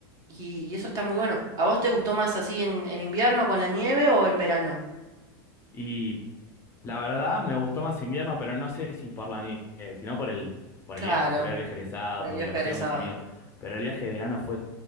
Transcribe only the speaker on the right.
Y, y eso está muy bueno. ¿A vos te gustó más así en, en invierno con la nieve o en verano?
Claro,
por el
viaje
egresado,